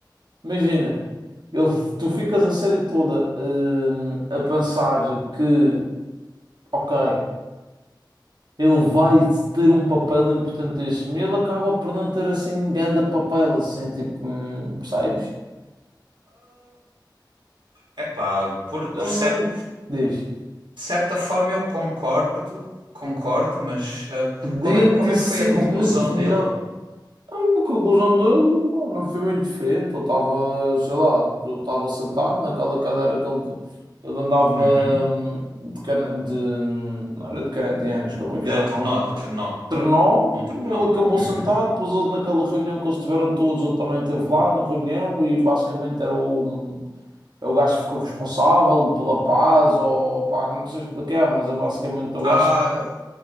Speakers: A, on the right (about 65°); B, on the right (about 80°).
A: Imagina, ele, tu ficas a série toda, hum, a pensar que, ok, ele vai ter um papel importantíssimo e ele acaba por não ter assim grande papel, assim, tipo, hum, percebes?
B: é epá, por, por
A: Ele não
B: cer-
A: diz.
B: de certa forma eu concordo, concordo, mas ah,
A: Podia
B: como é, como
A: ter
B: é
A: sido
B: que foi a conclusão
A: muito
B: dele?
A: melhor A conclusão dele, pô, não foi muito diferente. Ele estava, sei lá, ele estava sentado naquela cadeira que ele, ele andava
B: Uhum.
A: hum, de, cana- de. Não era de canadianas, como é que era
B: De Trenó,
A: o nome?
B: de Trenó,
A: Trenó,
B: num Trenó.
A: ele acabou
B: Uhum.
A: sentado. Depois, ele, naquela reunião que eles tiveram todos, ele também esteve lá na reunião e basicamente era o, hum, é o gajo que ficou responsável pela paz, ou pá, não sei explicar, mas é basicamente o
B: Ah,
A: gajo